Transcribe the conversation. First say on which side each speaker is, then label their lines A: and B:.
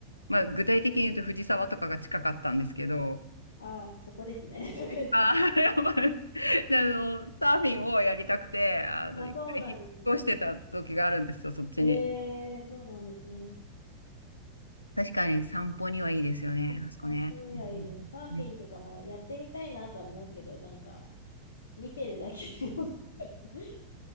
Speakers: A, on the left; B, on the left.
A: まあ、具体的に言うと藤沢とかが近かったんですけど、
B: ああ、そこですね。<laughs> そこですね。
A: ああ、<laughs> やばい。あの、サーフィンをやりたくて、あの、
B: あ、
A: 一回引っ越してた時があるんですよ、
B: そうなんですね。
A: そっちに。
B: えー、そうなんですね。
A: 確かに散歩にはいいですよね、あそこね。
B: 散歩にはいいです。
A: うんうん
B: サーフィンとかもやってみたいなとは思うけど、なんか、見てるだけで <laughs>